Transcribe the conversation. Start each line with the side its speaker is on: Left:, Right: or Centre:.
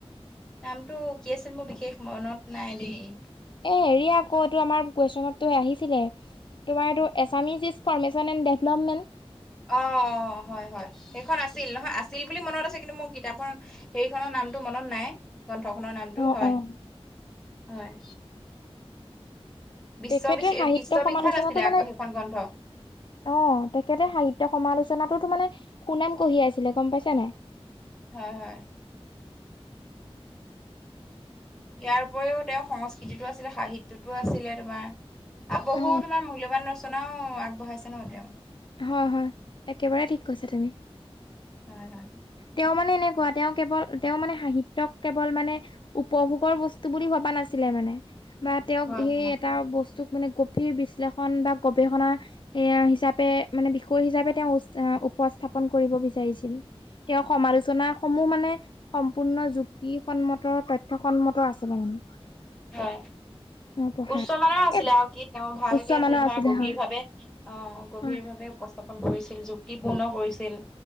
Centre: নামটো কি আছিল মোৰ বিশেষ মনত নাই দেই।
Left: এ হেৰি আকৌ এইটো আমাৰ কুৱেশনতটো আহিছিলে। তোমাৰ এইটো Assamese its formation and development.
Centre: অ অ হয় হয় সেইখন আছিল নহয় আছিল বুলি মনত আছে কিন্তু মোৰ কিতাপখন হেৰিখনৰ নামটো মনত নাই গ্ৰন্থখনৰ নামটো
Left: অ
Centre: হয়
Left: অ
Centre: হয়। বিশ্ববি
Left: তেখেতে সাহিত্য
Centre: বিশ্ববিখ্যাত
Left: সমালোচনাটো
Centre: আছিলে
Left: মানে
Centre: আকৌ সেইখন গ্ৰন্থ
Left: অ তেখেতে সাহিত্য সমালোচনাটো মানে সুনাম কঢ়িয়াইছিলে গম পাইছা নাই?
Centre: হয় হয়। ইয়াৰ উপৰিও তেওঁ সংস্কৃতিটো আছিলে, সাহিত্যটো আছিলে তোমাৰ আৰু বহু
Left: অ
Centre: তোমাৰ মূল্যবান ৰচনাও আগবঢ়াইছে ন তেওঁ।
Left: হয় হয় একেবাৰে ঠিক কৈছা তুমি।
Centre: হয় হয়।
Left: তেওঁ মানে এনেকুৱা তেওঁ কেৱল তেওঁ মানে সাহিত্যক কেৱল মানে উপভোগৰ বস্তু বুলি ভবা নাছিলে মানে বা তেওঁক
Centre: হয়
Left: সেই
Centre: হয়
Left: এটা বস্তু স্তুক মানে গভীৰ বিশ্লেষণ বা গৱেষণা এ হিচাপে মানে বিষয় হিচাপে তেওঁ উপস্থাপন কৰিব বিচাৰিছিল তেওঁ সমালোচনা সমূহ মানে সম্পূৰ্ণ যুক্তিসন্মত, তথ্যসন্মত আছিলে মানে।
Centre: হয়।
Left: অ পঢ়াত
Centre: উচ্চমানৰ আছিলে
Left: এ
Centre: আৰু কি তেওঁ ভালকে
Left: উচ্চ মানৰ
Centre: যে ধৰা
Left: আছিলে
Centre: গভীৰভাৱে
Left: হয়
Centre: অ গভীৰভাৱে
Left: হয়
Centre: উপস্থাপন কৰিছিল, যুক্তিপূৰ্ণ কৰিছিল।